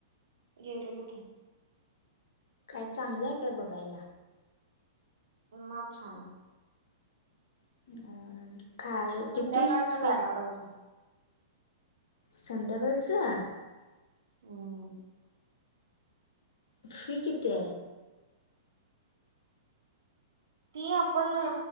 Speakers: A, on the right; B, on the left.
A: गेलेलो की.
B: काय चांगलंय काय बघायला?
A: माप छान आहे.
B: <unintelligible> य
A: संध्याकाळचा
B: किती फी?
A: जायला पाहिजे.
B: संध्याकाळचं.
A: हम्.
B: फी किती आहे?
A: फी आपण